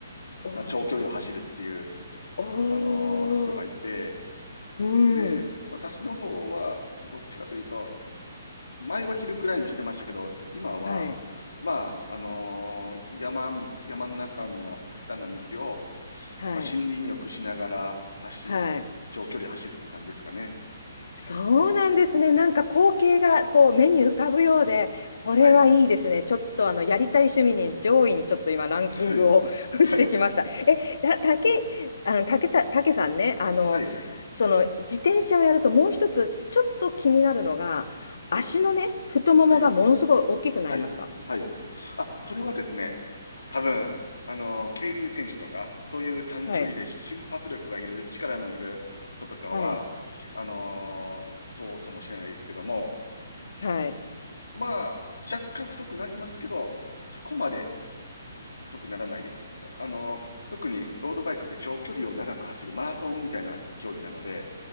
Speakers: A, on the left; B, on the left.
A: おー
B: あ長距離を走るっていう、
A: おー、
B: あのー人がいて、
A: うん、
B: で、私の方は、どっちかというと、前はヒルクライムしてましたけど、今は、
A: はい、
B: まあ、あのー山道、山の中の下手な道を、
A: はい、
B: まあ、森林浴しながら走
A: はい。
B: 長距離走るって感じですかね。
A: そうなんですね。なんか光景がこう目に浮かぶようで、これはいいですね。
B: はい、
A: ちょっとあのやりたい趣味に上位にちょっと今ランキングを
B: はい、
A: <laughs>
B: はい、
A: してきました。え、た、たけ、あの、たけた、たけさんね、あの、
B: はい、
A: その自転車をやるともう一つちょっと気になるのが、
B: はい、
A: 足のね、太ももがものすごい大きくなりますか
B: はい、はい、はい。あ、それはですね、多分、
A: うん。
B: あの競輪選手とか、そういう短距離で瞬発力がいる、
A: はい。
B: 力のいる人とかは、
A: はい。
B: あのーそうかもしれないですけども、
A: はい。
B: まあ、若干太くなりますけど、そこまで太くならないです。あの、特にロードバイクって長距離を長く走るマラソンみたいな競技なので、